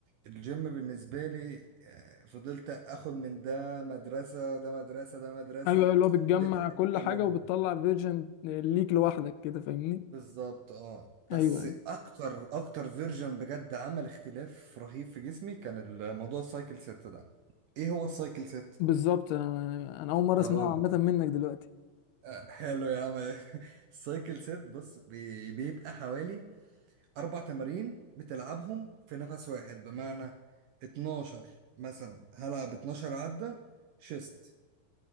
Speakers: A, on the right; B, on the left.
A: الجيم بالنسبة لي آه فضلت اخد من ده مدرسة ده مدرسة ده مدرسة
B: ايوه أيوة، اللي هو بتجمع
A: ده
B: كل
A: اعملهم
B: حاجه وبتطلع فيرجن ليك لوحدك كده فاهمني
A: بالظبط اه
B: ايوه
A: بس
B: ايوه
A: اكتر اكتر فيرجن بجد عمل اختلاف رهيب في جسمي كان الموضوع السايكل ست ده ايه هو السايكل ست؟
B: بالظبط انا انا اول مره
A: هقول
B: اسمعها عامه منك دلوقتي
A: آه، حلو يا عم <laughs> السايكل سيت بص بي- بيبقى حوالي أربع تمارين بتلعبهم في نفس واحد بمعنى 12 مثلا هلعب 12 عدة شيست